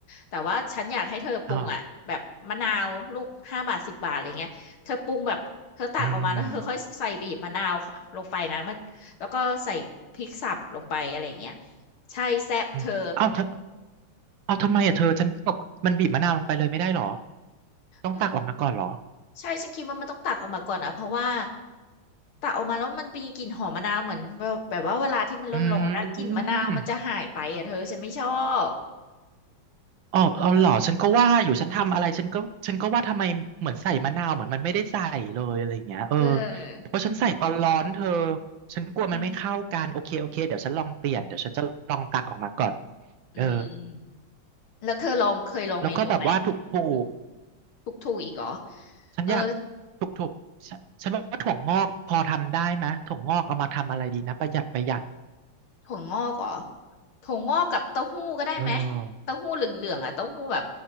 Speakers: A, on the left; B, on the right.
A: แต่ว่าฉันอยากให้เธอปรุงอ่ะแบบมะนาวลูกห้าบาทสิบบาทอะไรเงี้ยเธอปรุงแบบเธอตักออกมาแล้วเธอค่อยใส่บีบมะนาวลงไปนะมันแล้วก็ใส่พริกสับลงไปอะไราเงี้ย
B: อ๋ออืม
A: ใช่แซ่บเธอ
B: อืมเอ้าทำเอ้าทำไมอ่ะเธอฉันตกมันบีบมะนาวลงไปเลยไม่ได้หรอต้องตักออกมาก่อนหรอ
A: อื ใช่ฉันคิดว่ามันต้องตักออกมาก่อนนะเพราะว่าตักออกมาแล้วมันมีกลิ่นหอมมะนาวเหมือนแบบแบบว่าเวลาที่มันร้อนๆนะกลิ่นมะนาวมันจะหายไปอ่ะเธอฉันไม่ชอบ
B: อืม อ๋อเอาเหรอฉันก็ว่าอยู่ฉันทำอะไรฉันก็ฉันก็ว่าทำไมเหมือนใส่มะนาวเหมือนมันไม่ได้ใส่เลยอะไรอย่างเงี้ยเออ
A: เออเออ
B: เพราะฉันใส่ตอนร้อนเธอฉันกลัวมันไม่เข้ากันโอเคโอเคเดี๋ยวฉันลองเปลี่ยนเดี๋ยวฉันจะลองตักออกมาก่อน
A: อืมอืมอืม
B: เออ
A: แล้วเธอลองเคยลองเมนูไหม
B: แล้วก็แบบว่าถูกถูก
A: หึทุกถูกอีกเหรอ
B: ฉันอยาก
A: เออ
B: ถูกถูกฉันฉันว่าถั่วงอกพอทำได้ไหมยถั่วงอกเอามาทำอะไรดีนะประหยัดประหยัด
A: ถั่วงอกเหรอถั่วงอกกับเต้าหู้ก็ได้ไหม
B: เออ
A: เต้าหู้เหลืองๆอ่ะเต้าหู้แบบ